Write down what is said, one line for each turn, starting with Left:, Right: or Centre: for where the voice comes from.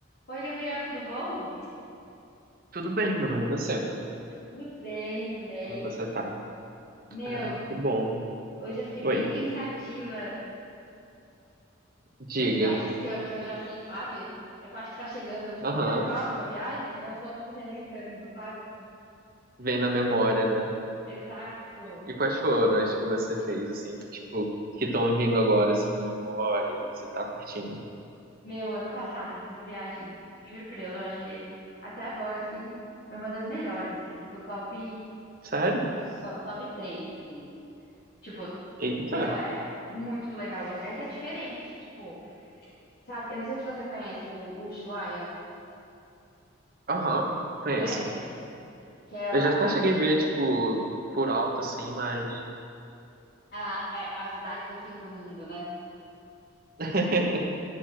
Left: Oi, Gabriel, tudo bom?
Right: Tudo bem, Bruno, e você?
Left: Tudo bem também.
Right: Como você tá?
Left: Meu,
Right: Ah, que bom.
Left: hoje eu fiquei
Right: Oi,
Left: bem pensativa
Right: diga.
Left: das viagens que eu, que eu já fiz, sabe? É que eu acho que tá chegando, tipo,
Right: Aham,
Left: a minha próxima viagem, aí eu só, tipo, relembrando, sabe?
Right: vem na memória, né?
Left: Exato.
Right: E quais foram as que você fez, assim, que, tipo, que estão vindo agora, assim, na memória, que você tá curtindo?
Left: Meu, ano passado eu fiz uma viagem, juro por Deus, eu acho que até agora, assim, foi uma das melhores, assim, tipo, top,
Right: Sério?
Left: só- top 3, assim. Tipo,
Right: Eita.
Left: meu, é muito legal o lugar. É que é diferente, tipo, sabe? Eu não sei se você conhece o, o Ushuaia.
Right: Aham, conheço.
Left: Conhece? Que é a,
Right: Eu já até cheguei a ver, tipo, por alto, assim, mas...
Left: a, é a cidade do fim do mundo, né?
Right: <laughs>